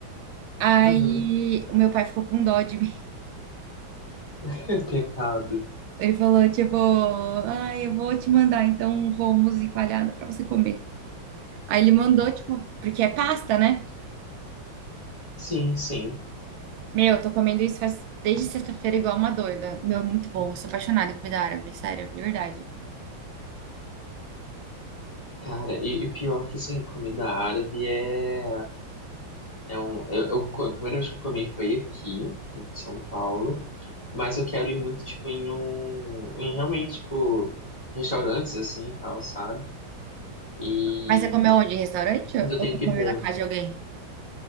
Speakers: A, on the right (about 75°); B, on the left (about 15°).
A: Aí
B: uhum.
A: o meu pai ficou com dó de mim.
B: <laughs> Pecado.
A: <laughs> Ele falou, tipo, ah eu vou te mandar então um hummus e coalhada pra você comer. Aí ele mandou, tipo, porque é pasta, né?
B: Sim, sim.
A: Meu, eu tô comendo isso faz desde sexta-feira igual uma doida. Meu, é muito bom. Eu sou apaixonada em comida árabe, sério, de verdade.
B: Cara, e, e pior que sim, comida árabe é, é um. Eu, eu, co- a primeira vez que eu comi foi aqui, em São Paulo. Mas eu quero ir muito, tipo, em um. Em realmente, tipo, restaurantes assim e tal, sabe? E.
A: Mas você comeu onde? Em restaurante?
B: Mas eu
A: Ou
B: tenho
A: você
B: que
A: comeu
B: ver.
A: na casa de alguém?